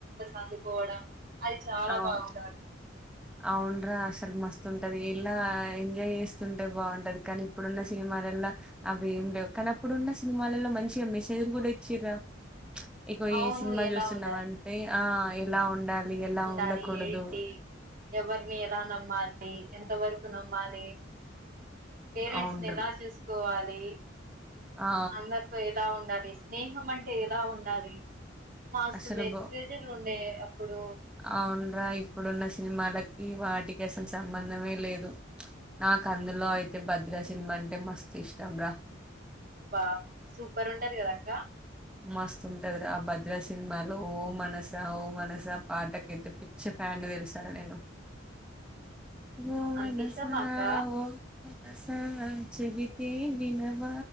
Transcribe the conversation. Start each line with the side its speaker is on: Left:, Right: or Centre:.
Right: అందు కోవడం అది చాలా
Centre: ఆ
Right: బావుంటది
Centre: అవునరా అసలు మస్తుంటది ఇలా ఎంజాయ్ చేస్తుంటే బావుంటది కానీ ఇప్పుడున్న సినిమాలలో అవి ఏం లేవు కానీ అప్పుడున్న సినిమాలలో మంచిగా మెసేజ్లు కూడా ఇచ్చిర్రా ఇగొ
Right: అవును
Centre: ఈ సినిమా
Right: ఎలా
Centre: చూస్తున్నావంటే
Right: ఉండాలి
Centre: ఆ ఎలా ఉండాలి ఎలా
Right: ఉండాలి
Centre: ఉండకూడదు
Right: ఏంటి ఎవరిని ఎలానమ్మా అయి ఎంతవరకు నమ్మాలి పేరెంట్స్
Centre: అవున్రా
Right: ని ఎలా చూసుకోవాలి <unintelligible>
Centre: ఆ
Right: అందరితో ఎలా ఉండాలి స్నేహం అంటే ఎలా ఉండాలి మాస్త్
Centre: అసలు
Right: మెసేజ్
Centre: బో
Right: లు ఉండేయి అప్పుడు
Centre: అవున్రా ఇప్పుడున్న సినిమాలకి వాటికి అసలు సంబంధమే లేదు నాకు అందులో అయితే భద్రా సినిమా అంటే మస్తు ఇష్టం రా
Right: బా సూపర్ ఉంటది కదక్క
Centre: మస్తుంటది ఆ భద్రా సినిమాలో ఓ మనస ఓ మనస పాటకైతే పిచ్చ ఫ్యాన్ ని తెలుసారా నేను ఓం మనసా
Right: అంత ఇష్టమా అక్క
Centre: ఓ మ సా చెబితే వినవా